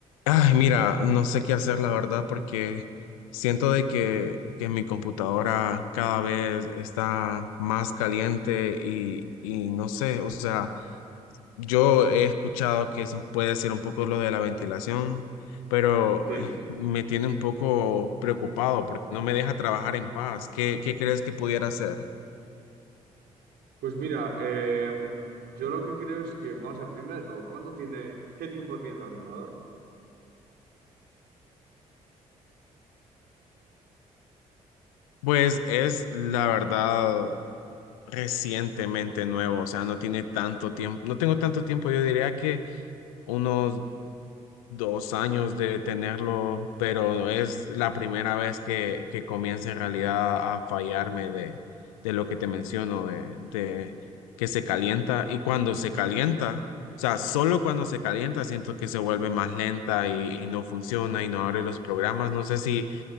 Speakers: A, on the left; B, on the right.
A: Ay, mira, no sé qué hacer, la verdad, porque siento de que, que mi computadora cada vez está más caliente y, y no sé, o sea, yo he escuchado que eso puede ser un poco lo de la ventilación, pero
B: Sí,
A: eh, me tiene un poco preocupado porque no me deja trabajar en paz. ¿Qué, qué crees que pudiera hacer?
B: pues mira, eh, yo lo que creo es que, vamos a ver, primero de todo, ¿cuánto tiene, qué tiempo tiene el ordenador?
A: Pues es la verdad recientemente nuevo, o sea, no tiene tanto tiempo, no tengo tanto tiempo, yo diría que unos dos años de tenerlo, pero es la primera vez que, que comienza en realidad a fallarme de, de lo que te menciono, de, de que se calienta y cuando se calienta, o sea, solo cuando se calienta siento que se vuelve más lenta y, y no funciona y no abre los programas. No sé si,